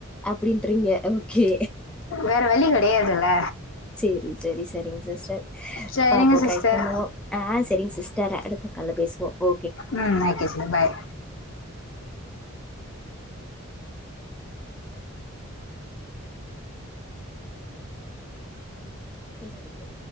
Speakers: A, in the centre; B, on the left.
A: அப்டீன்றீங்க ஓகே
B: வேற வழி கிடையாதுல்ல
A: சேரி செரி செரிங்க சிஸ்டர்
B: சரிங்க
A: பாப்போ
B: சிஸ்டர்
A: ட்ரை பண்ணுவோ ஆ செரிங்க சிஸ்டர் அடுத்த கால்ல பேசுவோ ஓ
B: ம் தேங்க்யூ சிஸ்டர் பாய்
A: பேச ஆரம்பிப்போ